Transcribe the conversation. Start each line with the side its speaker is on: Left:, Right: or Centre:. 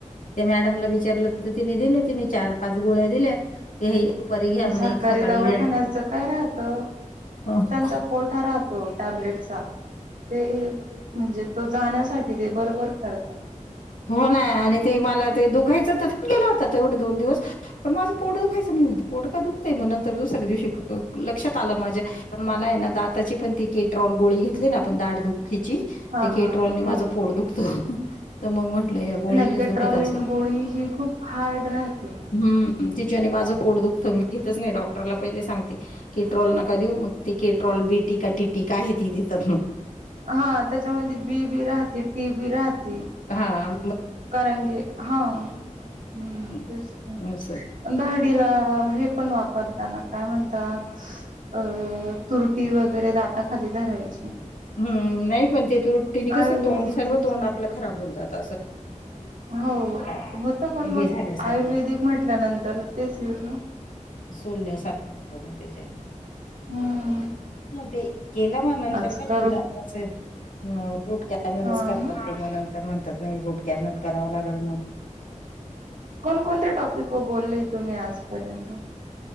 Left: मॅडमला विचार त दिलं ति चार पा... गोळ्या दिले हे.... दुपारी घ्या म्हणे
Right: सरकारी
Left: एक सकाळी
Right: दवाखान्याचं
Left: घ्या
Right: काय राहत.
Left: म्हणे
Right: त्यांचा कोठा राहतो टॅबलेटचा ते म्हणजे.... तो जाण्यासाठी ते बरोबर करता.
Left: हो ना आणि ते मला ते दुखायचं पण गेला होता तेवढे दोन दिवस पण माझं पोट दुखायचं... पोट का दुखतय दुसऱ्या दिवशी लक्ष्यात आल माझ्या मला आहे ना दाताची कॅप.... केट्रॉल गोळी घेतली ना आपण दाटदुखीची
Right: हा
Left: ते केट्रॉल
Right: हा हो
Left: माझं पोट दुखत... तर मग म्हटलं या गोळीनेच
Right: नाही पेट्रोल
Left: दुखत अस असल
Right: गोळी ही खूप हार्ड राहते
Left: हम्म... तीच्याने माझ पोट दुखत मी घेतच नाही डॉक्टरला पहिले सांगते केट्रोल नका देऊ.. टिटी का टिटी का आहे ती देतात मग...
Right: हा त्याच्यामध्ये बी बी राहते टी बी राहते.
Left: हा.
Right: कारण की हा तेच
Left: हं, असं.
Right: दहाडीला... हे पण वापरताना काय म्हणत... अ तुरटी वगैरे दाताखाली धरायची.
Left: हम्म नाही पण तेथ रुट्टीने
Right: आयुर्वेदिकच
Left: कसं तोंड सर्व तोंड आपलं खराब होऊन जात असं
Right: हो
Left: काय
Right: होत पण
Left: हे
Right: मग
Left: झाल्यासारखं,
Right: आयुर्वेदिक म्हटल्यानंतर तेच य
Left: सोलल्या सख कर पण त्याच्यानी.
Right: हम.
Left: ते केलं म नंतर
Right: आजकाल
Left: काय दिलंं. ह फूट कॅनरस
Right: हा
Left: करतात
Right: ना
Left: तमनं तर म्हणतात नाही रूट कॅनल कराव लागल मग
Right: कोण कोणतेया टॉपिक व बोलले तुम्ही आजपर्यंत